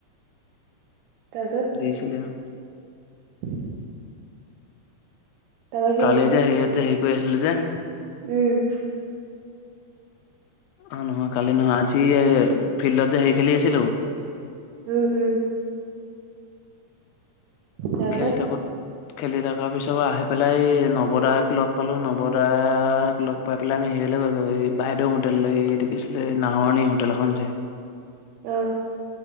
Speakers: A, on the right (about 70°); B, on the left (about 85°).
A: তাৰপিছত
B: দেখিছিলে অ
A: <inaudible> তাৰপৰা কি
B: কালি যে হেৰিয়ত যে হেৰি কৰি আছিলোঁ যে
A: উম।
B: অ নহয় কালি নহয় আজি ফিল্ডত হেৰি খেলি আছিলোঁ
A: উম উম। তাৰপিছত
B: খেলি থাকোত খেলি থকাৰ পিছৰ আহি পেলাই এই নৱদাক লগ পালো নৱদাক লগ পাই পেলাই আমি সেই এই বাইদেউ হোটেল একি আছিলে নাহৰণি হোটেল এখন আছে।
A: অহ